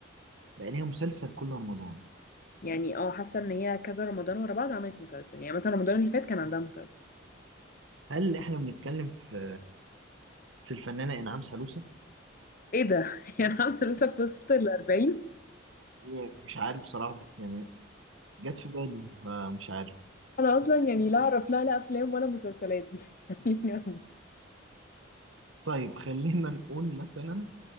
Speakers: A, on the right; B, on the left.
A: بقى ليها مسلسل كل رمضان
B: يعني اه حاسه ان هي كذا رمضان ورا بعض عملت مسلسل يعني مثلا رمضان اللي فات كان عندها مسلسل
A: هل احنا بنتكلم في في الفنانة انعام سالوسة
B: ايه ده <laughs> يعني عامله لسه في وسط ال 40
A: يعني مش عارف بصراحة بس يعني جت في بالي فمش عارف
B: انا اصلا يعني لا اعرف لا لا افلام ولا مسلسلات <laughs> يعني بجد.
A: طيب خلينا نقول مثلا